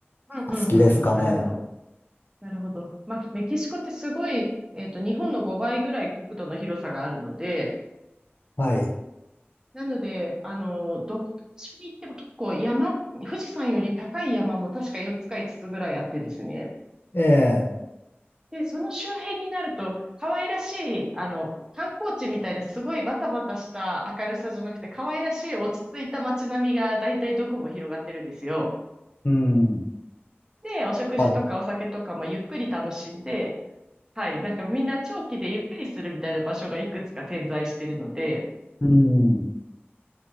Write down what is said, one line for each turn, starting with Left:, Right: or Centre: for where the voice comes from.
Right: うん、うん、
Left: 好きですかね。
Right: うん、うんなるほど。なるほど。まあ、メキシコってすごい、えっと、日本の5倍ぐらい国土の広さがあるので、
Left: はい。
Right: なので、あの、どっちに行っても結構山、富士山より高い山も確か4つか5つつぐらいあってですね。
Left: ええ
Right: で、その周辺になると、可愛らしい、あの、観光地みたいなすごいバタバタした明るさじゃなくて、可愛らしい落ち着いた街並みが大体どこも広がってるんですよ。
Left: うん。
Right: で、お食事とかお酒とかもゆっくり楽しんで、
Left: はい。
Right: はい、なんかみんな長期でゆっくりするみたいな場所がいくつか点在してるので、
Left: うん。